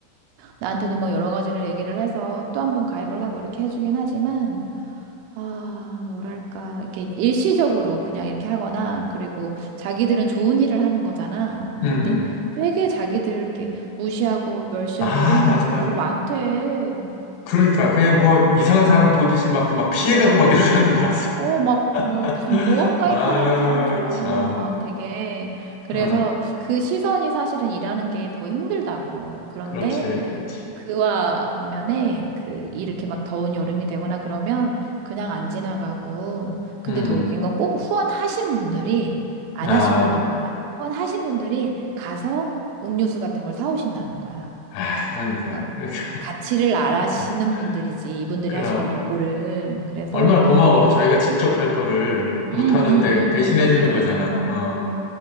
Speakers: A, on the right; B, on the left.
A: 나한테도 뭐 여러 가지를 얘기를 해서 또 한 번 가입을 하고 이렇게 해주긴 하지만, 아, 뭐랄까, 이게 일시적으로 그냥 이렇게 하거나, 그리고 자기들은 좋은 일을 하는 거잖아.
B: 음,
A: 근데
B: 음.
A: 되게 자기들을 이렇게 무시하고 멸시하고
B: 아,
A: 이런 분들이
B: 맞아,
A: 의외로
B: 맞아.
A: 많대.
B: 그러니까, 그냥 뭐, 이상한 사람 보듯이 막, 그 막 피해가고 막
A: 음.
B: 이런 사람들 봤어.
A: 어, 막, 뭐,
B: <laughs>
A: 무슨 보험 가입하라는
B: 아유,
A: 사람처럼
B: 참.
A: 막 되게. 그래서
B: 어,
A: 그 시선이 사실은 일하는 게 더 힘들다고. 그런데
B: 그렇지, 그렇지.
A: 그와 반면에 그 이렇게 막 더운 여름이 되거나 그러면 그냥 안 지나가고 근데
B: 음,
A: 더 웃긴 건 꼭 후원하신 분들이 안
B: 아.
A: 하신 분들보다 후원하신 분들이 가서 음료수 같은 걸 사오신다는 거야.
B: 아, 그러니까.
A: 그러니까
B: 그러니까.
A: 가치를 알아시는
B: <laughs>
A: 분들이지 이분들이
B: 그럼.
A: 하시는 노고를 그래서
B: 얼마나 고마워. 자기가 직접 할 거를 못
A: 음음음
B: 하는데 대신해
A: 그렇대.
B: 주는 거잖아. 어.